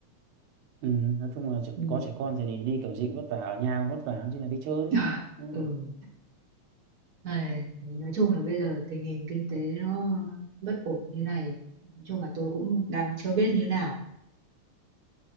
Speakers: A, on the right; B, on the right.
A: ừ, nói chung là trẻ,
B: ừ
A: có trẻ con thì đi kiểu gì cũng vất vả ở nhà cũng vất vả chứ là đi chơi
B: <laughs>
A: ừ.
B: ừ Này, đấy, nói chung là bây giờ tình hình kinh tế nó bất ổn như này, nói chung là tôi cũng đang chưa biết như nào.